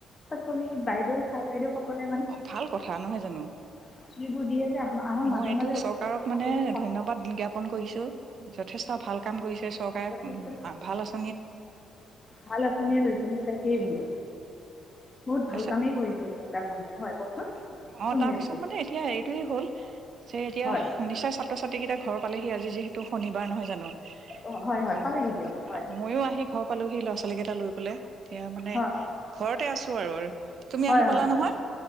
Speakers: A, on the left; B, on the right.
A: তুমি বাইদেউ চা'ৰ বাইদেউ সকলে
B: অ, ভাল কথা নহয় জানো?
A: পাচলিবোৰ দিয়ে যে আমা- আমাৰ
B: মই
A: মাজে
B: এইটো
A: মাজে অভিভাৱকসকলেও
B: চৰকাৰক মানে ধন্যবাদ জ্ঞাপন কৰিছো, যথেষ্ট ভাল কাম কৰিছে চৰকাৰে,
A: যথেষ্ট
B: ভাল আচ
A: ভাল আচনি লৈছে, সেই তাকেই বোলো বহুত
B: তাৰপিছত
A: ভাল কামেই কৰিছে, হয় কওকচোন
B: অ'
A: শুনি
B: তাৰ
A: আছোঁ
B: পিছত মানে এতিয়া এইটোয়ে হ'ল, যে এতিয়া,
A: হয়
B: নিচা ছাত্ৰ ছাত্ৰীকেইটা ঘৰত পালেহি আজি যিহে টো শনিবাৰ নহয় জানো,
A: অঁ হয় হয়
B: অ'
A: পালেহি দিয়ক হয়
B: মইও আহি ঘৰ পালোহি ল'ৰা ছোৱালী কেইটা লৈ, শুলে এতিয়া মানে
A: হয় অঁ
B: ঘৰতে আছো আৰু, তুমি
A: হয়
B: আহি পালা
A: হয়
B: নহয়
A: হয়,